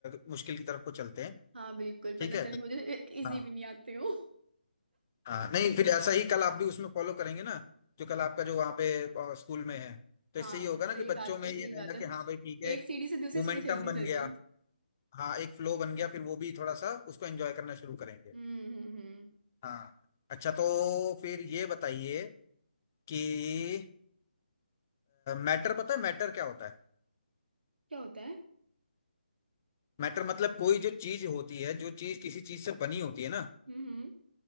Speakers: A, on the left; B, on the right.
A: अ, मुश्किल की तरफ को चलते हैं
B: हाँ बिल्कुल
A: ठीक
B: पता
A: है
B: चले मुझे इजी
A: हाँ
B: भी नहीं आते हो
A: हाँ नहीं फिर ऐसा ही कल आप भी उसमें फॉलो करेंगे ना जो कल आपका जो वहाँ पे अ, स्कूल में है तो
B: हाँ
A: इससे ये होगा
B: सही
A: ना कि बच्चों
B: बात
A: में
B: है
A: ये
B: सही
A: रहेगा
B: बात है
A: कि हाँ भाई ठीक है
B: एक
A: एक
B: सीढ़ी से दूसरी
A: मोमेंटम
B: सीढ़ी चलती
A: बन
B: चलिए
A: गया हाँ एक फ्लो बन गया फिर वो भी थोड़ा सा उसको एंजॉय करना शुरू करेंगे
B: हम्म हम्म हम्म
A: हाँ अच्छा तो फिर ये बताइए कि मैटर पता है मैटर क्या होता है
B: क्या होता है
A: मैटर मतलब कोई जो चीज होती है जो चीज किसी चीज से बनी होती है ना
B: हम्म हम्म